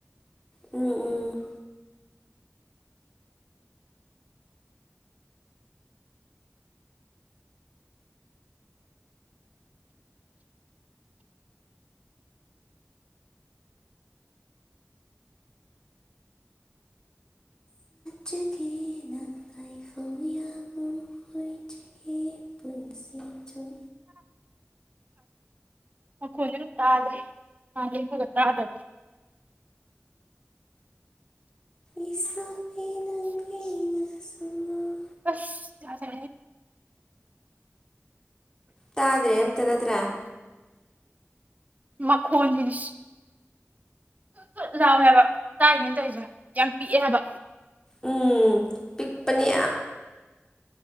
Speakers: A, on the left; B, on the right.
A: ꯎꯝ ꯎꯝ
B: <unintelligible>
A: ꯆꯒ ꯅꯪꯥꯏ ꯀꯕꯤ ꯌꯥꯒꯣꯏ ꯄꯨꯟꯁꯤ ꯆꯨꯝ
B: ꯑꯦ ꯀꯣ ꯇꯥꯖ ꯐ ꯇꯥꯗ
A: ꯏꯁꯥꯕꯤ ꯅꯪꯒꯤꯅ ꯁꯃꯥ
B: ꯑꯁ
A: ꯇꯥꯗ꯭ꯔꯦ ꯑꯝꯇ ꯅꯠꯇ꯭ꯔꯥ
B: ꯃꯈꯣꯟ ꯁ ꯠꯠ ꯊꯠ ꯂꯥꯎꯋꯦꯕ ꯇꯥꯔꯤꯅꯦꯅ ꯇꯧꯔꯤꯁꯦ ꯌꯥꯝ ꯄꯤꯛꯑꯦ ꯍꯥꯏꯕ
A: ꯎꯝ ꯄꯤꯛꯄꯅꯦ